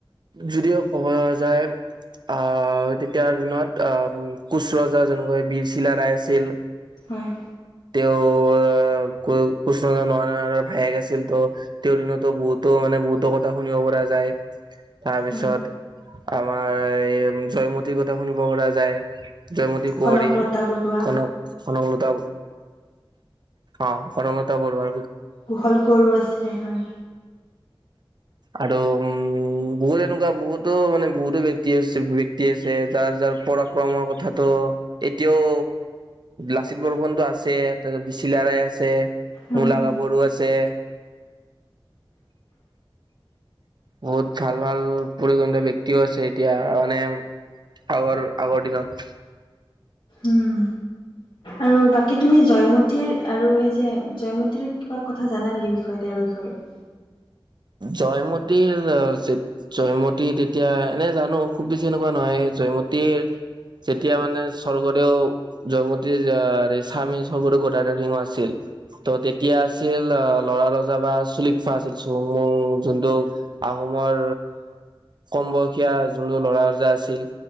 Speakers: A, on the right; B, on the left.
A: যদিও <unintelligible> যায়। আহ, তেতিয়াৰ দিনত আহ কোচ ৰজা যেনেকৈ বীৰ চিলাৰাই আছিল।
B: হয়
A: তেওঁ <unintelligible> ভায়েক আছিল তো তেওঁৰ দিনতো বহুতো মানে বহুত কথা শুনিব পৰা যায়, তাৰপিছত
B: হয়
A: আমাৰ এই জয়মতীৰ কথা শুনিব পৰা যায় জয়মতী কুঁৱৰী,
B: কনকলতা বৰুৱা
A: কনক-কনকলতা। অ' কনকলতা বৰুৱা।
B: কোহল কুঁৱৰো আছিলে হয়।
A: আৰু উম বহুত এনেকুৱা বহুতো মানে বহুতো ব্যক্তি আছে ব্যক্তি আছে তাৰ তাৰ পৰাক্ৰমৰ কথাটো এতিয়াও লাচিত বৰষুণ টো আছে তাৰপিছত বীৰ চিলাৰাই আছে।
B: হয়
A: মূলা
B: হয়
A: গাভৰু আছে। বহুত ভাল ভাল পৰিগণিত ব্যক্তিও আছে এতিয়া মানে, আগৰ আগৰ দিনত।
B: উম। আৰু বাকী তুমি জয়মতীৰ আৰু এই যে জয়মতীৰ কিবা কথা জানা নেকি বিষয় তেওঁৰ বিষয়ে? <inaudible>
A: জয়মতীৰ অ, জয়মতী তেতিয়া এনে জানো খুব বেছি এনেকুৱা নহয় জয়মতীৰ যেতিয়া মানে স্বৰ্গদেউ জয়মতীৰ স্বামী স্বৰ্গদেউ গদাদেৱ সিংহ আছিল ত' তেতিয়া আছিল অ' ল'ৰা ৰজা বা চুলফোৱা আছিল অ', অ', যোনটো আহোমৰ কম বয়সীয়া যোনটো ল'ৰা ওজা আছিল